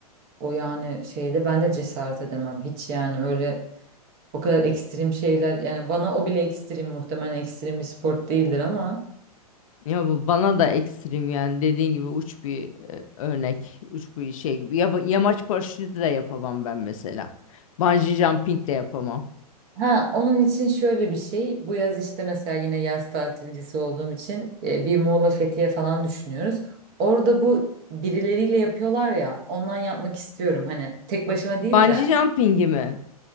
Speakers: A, on the right; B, on the left.
A: o yani şeyde ben de cesaret edemem. Hiç yani öyle o kadar ekstrem şeyler yani bana o bile ekstrem muhtemelen ekstrem bir spor değildir ama
B: Ya bu bana da ekstrem yani dediğin gibi uç bir e, örnek, uç bir şey gibi. Ya, yamaç paraşütü de yapamam ben mesela. Bungee jumping de yapamam.
A: Ha, onun için şöyle bir şey. Bu yaz işte mesela yine yaz tatilcisi olduğum için e, bir Muğla Fethiye falan düşünüyoruz. Orada bu birileriyle yapıyorlar ya. Ondan yapmak istiyorum. Hani tek başıma değil
B: Bungee
A: de
B: jumping'i mi?